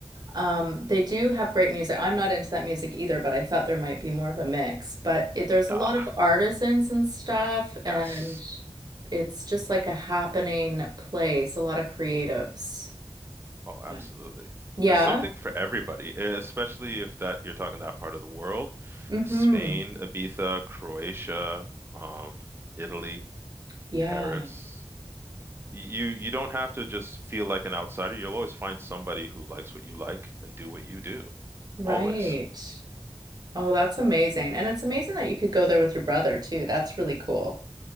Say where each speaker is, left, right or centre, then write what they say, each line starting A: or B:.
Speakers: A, on the right; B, on the right.
A: Um, they do have great music. I'm not into that music either, but I thought there might be more of a mix. But it, there's
B: Nah.
A: a lot of artisans and stuff,
B: Yes.
A: and it's just like a happening place, a lot of creatives.
B: Oh, absolutely.
A: Wow. Yeah.
B: There's something for everybody, eh, especially if that you're talking that part of the world.
A: Mm-hmm.
B: Spain, Ibiza, Croatia, um, Italy,
A: Yeah.
B: Paris. You you don't have to just feel like an outsider. You'll always find somebody who likes what you like and do what you do.
A: Right.
B: Always.
A: Oh, that's amazing. And it's amazing that you could go there with your brother too. That's really cool.